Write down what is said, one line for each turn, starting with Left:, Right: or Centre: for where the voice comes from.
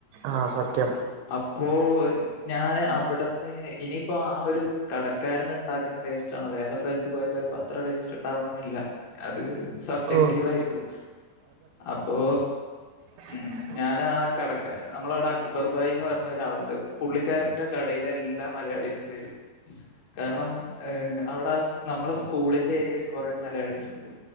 Right: ആഹ് സത്യം
Left: അപ്പോ ഞാന് അവിടുന്ന് ഇനിയിപ്പോ ആ ഒരു കടക്കാരന് ഉണ്ടാക്കണ ടേസ്റ്റ് ആണോ വേറെ സ്ഥലത്ത് പ്പോ പോയച്ചാൽപ്പ അത്രടേസ്റ്റ് ഉണ്ടാവണം എന്നില്ല അത് സബ്ജക്റ്റീവയിരിക്കും
Right: ഓഹ്
Left: അപ്പോ
Right: ഉ
Left: ഉം ഞാൻ ആ കടക്ക് നമ്മള അവിടെ അക്ബർബായിന്ന് പറഞ്ഞ ഒരാളുണ്ട് പുള്ളിക്കാരന്റെ കടയി എല്ലാ മലയാളീസും വരും കാരണം ഏ അവിടെ നമ്മളെ സ്കൂളിന്റെ ഏരിയയിൽ കുറെേ മലയാളീസിണ്ട്